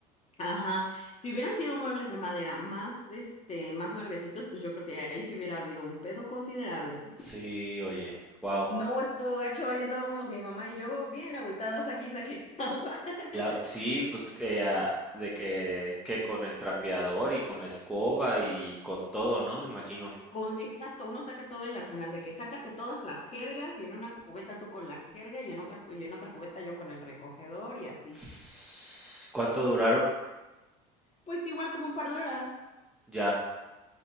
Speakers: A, on the left; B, in the centre.
A: Ajá, si hubieran sido muebles de madera más, este, más nuevecitos, pues yo creo que ahí sí hubiera habido un pedo considerable.
B: Sí, oye, wow.
A: No, estuvo gacho, ahí andábamos mi mamá y yo bien agüitadas aquí, saqué agua. <laughs>
B: sí, pues que ah, de que, que con el trapeador y con la escoba y con todo, ¿no? Me imagino.
A: Con, exacto, uno saca todo el arsenal de que sácate todas las jergas y en una cubeta tú con la jerga y en otra, cu- y en otra cubeta yo con el recogedor y así.
B: Ss, ¿Cuánto duraron?
A: Pues igual como un par de horas,
B: Ya,